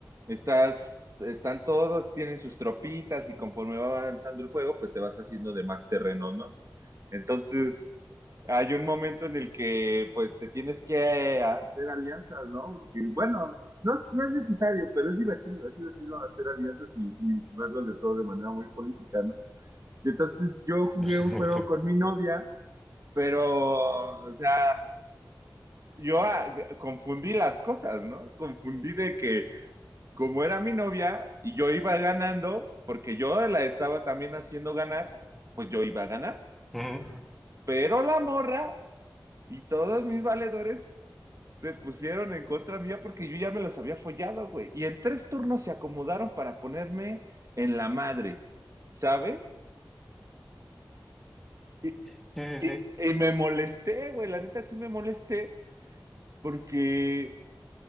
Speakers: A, on the right (about 45°); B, in the centre.
A: estás, están todos, tienen sus tropitas y conforme va avanzando el juego, pues te vas haciendo de más terreno, ¿no? Entonces, hay un momento en el que pues te tienes que eh, hacer alianzas, ¿no? Porque bueno, no es, no es necesario, pero es divertido, es divertido hacer alianzas y, y verlo de todo de manera muy política, ¿no? Y entonces yo jugué
B: <laughs>
A: un juego con mi novia, pero, o sea, yo ah, confundí las cosas, ¿no? Confundí de que como era mi novia y yo iba ganando, porque yo la estaba también haciendo ganar, pues yo iba a ganar,
B: Ujú.
A: pero la morra y todos mis valedores se pusieron en contra mía porque yo ya me los había follado, güey. Y en tres turnos se acomodaron para ponerme en la madre, ¿sabes? Y,
B: Sí, sí,
A: y,
B: sí.
A: y me molesté, güey, la neta sí me molesté porque